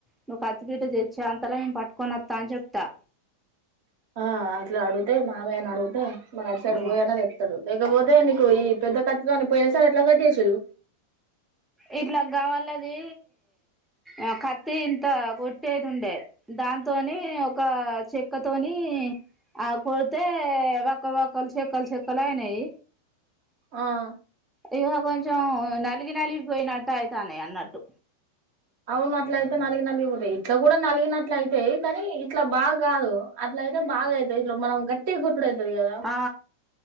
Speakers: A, in the centre; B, on the right (about 50°).
A: నువ్వు కత్తిపీట తెచ్చే అంతలా నేను పట్టుకొని వత్త అని చెప్తా.
B: ఆ అట్ల అడుగుతే మామయ్య ను అడుగుతే మరి అటు సైడ్
A: ఆ
B: బోయన్న తెత్తడు లేకపోతే నీకు ఈ పెద్ద కత్తి తోని పోయినసారి ఎట్ల కట్ చేసిళ్ళు
A: ఇట్ల గావలదీ ఆ కత్తి ఇంత కొట్టేది ఉండే, దాన్నితోని ఒక చెక్కతోని ఆ కొడితే, వక్క వక్కలు చెక్కలు చెక్కలు అయినయి.
B: ఆ
A: ఇగ కొంచెం నలిగి నలిగిపోయినట్టు అయితానై అన్నట్టు
B: అవును అట్ల అయితే నలిగ నలిగిపోతాయి. ఇట్ల కూడా నలిగినట్లు అయితయి కానీ, ఇట్ల బాగ కాదు అట్ల అయితే బాగ అయితయి. ఇట్ల మనం గట్టిగ ప్పుడు అయితది కదా
A: ఆ